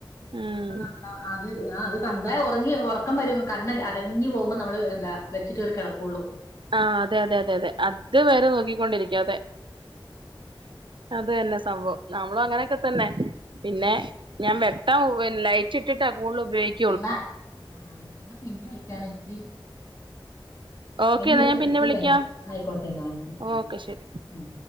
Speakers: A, on the right; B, on the left.
A: ഉം
B: അപ്പൊ നമ്മ അത് ആഹ് അത് കണ്ടാ ഒറങ്ങി ഒറക്കം വരും കണ്ണ് അടഞ്ഞു പോകുമ്പം നമ്മള് എന്താ വെച്ചിട്ട് ഒരു കിടക്കൊള്ളൂ
A: ആഹ് അതെ അതെ അതെ അതെ അത് വരെ നോക്കിക്കൊണ്ടിരിക്കും അതെ അത് തന്നെ സംഭവം നമ്മളും അങ്ങനെയെക്കെ തന്നെ പിന്നെ ഞാൻ വെട്ടം ലൈറ്റ് ഇട്ടിട്ട കൂടുതൽ ഉപയോഗി
B: എന്നാ ആഹ് എന്നാ പിന്നെ വിളിക്കാമെ ഇച്ചിരി
A: ഓക്കെ
B: കയിഞ്ഞ്
A: എന്നാ
B: വിളിച്ച
A: ഞാൻ പിന്നെ
B: ഇച്ചിരി
A: വിളിക്കാം
B: കഴിഞ്ഞ് ആയിക്കോട്ടെ എന്ന ശരി ഉം
A: ഓക്കെ ശരി
B: ഉം